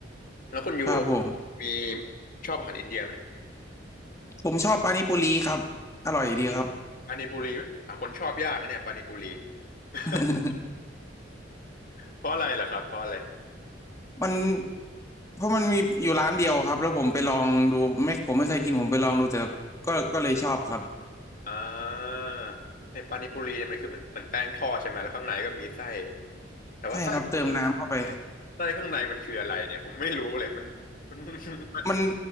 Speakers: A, on the left; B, on the left.
A: แล้วคุณยูอะ
B: ครับผม
A: มีชอบอาหารอินเดียไหม
B: ผมชอบปานิปุรีครับอร่อยดีครับ
A: ปานิปุรีไหมหาคนชอบยากนะเนี่ยปานิปุรี <laughs>
B: <laughs>
A: เพราะอะไรล่ะครับเพราะอะไร
B: มันเพราะมันมีอยู่ร้านเดียวครับแล้วผมไปลองดูไม่ผมไม่เคยกินผมไปลองดูแต่ก็ก็เลยชอบครับ
A: อ่าในปานิปุรีเนี่ยมันคือเหมือนเหมือนแป้งทอดใช่ไหมแล้วข้างในก็มีไส้แต่ว่าไส้
B: ใช่ครับเติมน้ำเข้าไป
A: ไส้ข้างในมันคืออะไรเนี่ยผมไม่รู้เลยมันมันมัน
B: มัน